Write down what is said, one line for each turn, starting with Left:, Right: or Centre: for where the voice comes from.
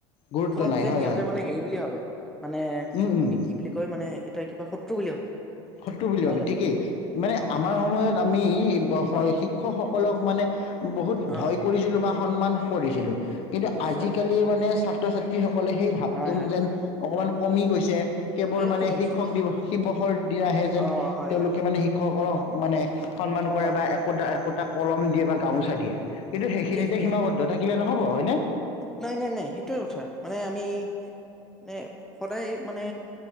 Left: গুৰুত্ব
Centre: তোক
Left: নাই
Centre: যেন
Left: হয়
Centre: সিহতে
Left: হয়
Centre: মানে হেৰি বুলি ভাবে মানে
Left: উম উম
Centre: এই কি বুলি কয় মানে মানে এটা কিবা শত্ৰু বুলি ভাবে।
Left: শত্ৰু বুলি
Centre: হয়
Left: ভাবি
Centre: জানো
Left: ঠিকেই মানে
Centre: অ
Left: আমাৰ সময়ত আমি
Centre: হয়
Left: শিক্ষকসকলক মানে। বহুত
Centre: অ
Left: ভয় কৰিছিলো বা সন্মান কৰিছিলোঁ। কিন্তু
Centre: নিশ্চয়
Left: আজিকালিৰ মানে ছা ছাত্ৰ ছাত্ৰীসক কলে সেই ভাৱটো
Centre: হয় হয়
Left: যেন অকমান কমি গৈছে। কেৱল
Centre: বিৰাট
Left: মানে
Centre: কমি গৈছে
Left: শিক্ষক দিৱস শিৱসৰ আহে যেন
Centre: অ হয়
Left: তেওঁলোকে
Centre: হয় হয়
Left: মানে শিক্ষক সকলক মানে সন্মান
Centre: অ
Left: কৰে বা একোটা একোটাক কলম দিয়ে বা গামোচা দিয়ে। কিন্তু সেইখিনিতে
Centre: ঠিকেই ঠিকেই
Left: সীমাবদ্ধ থাকিলে নহ'ব হয়নে?
Centre: নাই নাই নাই সেইটোৱে কথা মানে আমি নে সদায় মানে